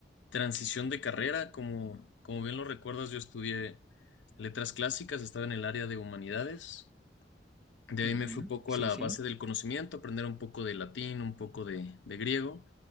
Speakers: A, on the left; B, in the centre.
A: transición de carrera, como, como bien lo recuerdas, yo estudié letras clásicas, estaba en el área de humanidades. De
B: Ujú,
A: ahí me fui poco
B: Sí,
A: a la
B: sí.
A: base del conocimiento, aprender un poco de latín, un poco de, de griego.